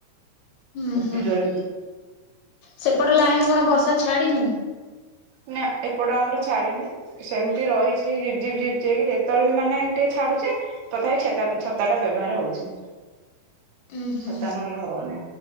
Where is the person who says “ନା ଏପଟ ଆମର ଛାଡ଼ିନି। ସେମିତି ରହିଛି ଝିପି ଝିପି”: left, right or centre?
Right